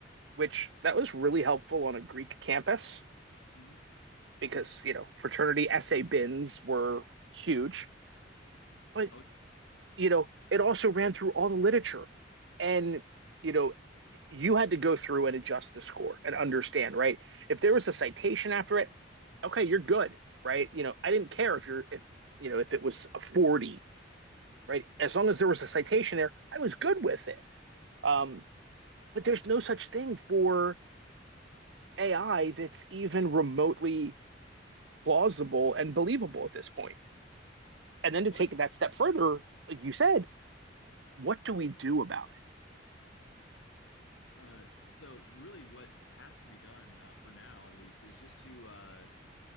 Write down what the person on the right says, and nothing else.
which that was really helpful on a Greek campus
because, you know, fraternity essay bins were huge, but
you know, it also ran through all the literature. And, you know, you had to go through and adjust the score and understand, right? If there was a citation after it, okay, you're good, right? You know,
I didn't care if you're, if, you know, if it was a 40, right? As long as there was a citation there, I was good with it. Um, but there's no such thing for AI that's even remotely plausible and believable at this point. And
then
to take
that step further, like you said, what do we do about it?